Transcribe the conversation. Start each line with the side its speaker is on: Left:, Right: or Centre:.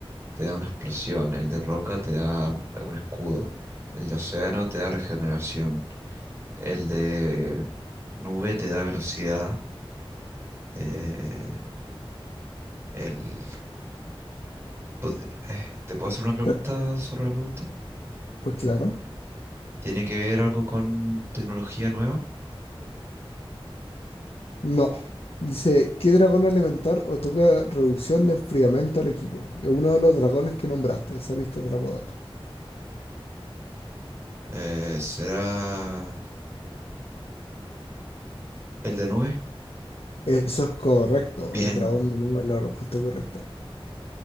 Right: te da una explosión, el de roca te da un escudo, el de océano te da regeneración, el de nube te da velocidad. eh, el, pues, eh, ¿te puedo hacer una pregunta
Left: Te-
Right: sobre la pregunta?
Left: Pues claro,
Right: ¿Tiene que ver algo con tecnología nueva?
Left: no. Dice, ¿qué dragón elemental otorga reducción de enfriamiento al equipo? Es uno de los dragones que nombraste, esa pista te la puedo dar.
Right: Eh, ¿será el de nube?
Left: Eso es correcto,
Right: Bien,
Left: el dragón de nube es la respuesta correcta.